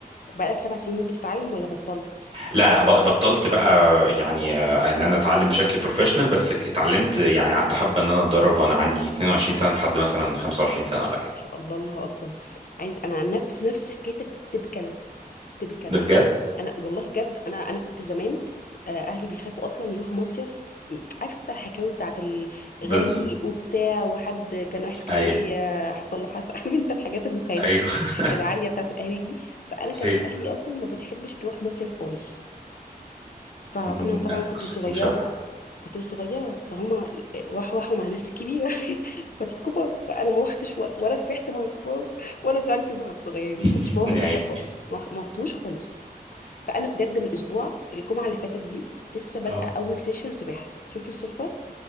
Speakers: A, on the left; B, on the right.
A: بقالك سبع سنين بتتعلم ولا بطلت؟
B: لا لا ب- بطلت بقى يعني آه، ان انا اتعلم بشكل بروفيشنال بس ك- اتعلمت يعني قعدت حبه ان انا اتدرب وانا عندي 22 سنه لحد مثلا 25 سنه ولا حاجه
A: ما شاء الله الله اكبر عايز انا نفس نفس حكايتك بتبكى بكلب
B: ده بجد
A: انا والله بجد انا انا كنت زمان آه، اهلي بيخافوا اصلا يروحوا مصيف م- عارف انت الحكاوي بتاعت الغريق
B: بالظبط
A: وبتاع وحد كان رايح اسكندريه
B: ايوه
A: حصل له حادثه <laughs> عارف انت الحاجات المخيلات
B: ايوه <laughs>
A: العاليه بتاعت الاهالي دي فانا كانت
B: ايوه
A: اهلي اصلا ما بتحبش تروح مصيف خالص فانا
B: م-
A: طبعا
B: انا
A: كنت
B: قصتي
A: صغيره
B: مشابهه
A: كنت صغيره فهما راحوا راحوا مع ناس كبيره <laughs> اخواتي الكبار فانا ما روحتش و- ولا فرحت مع الكبار ولا زعلت مع الصغيرين
B: <laughs>
A: ما كنتش بروح البحر
B: يا عيني
A: خالص ما ما رحتوش خالص فانا بجد من الاسبوع الجمعه اللي فاتت دي لسه بادئه
B: اه
A: اول سيشن سباحه شفت الصدفه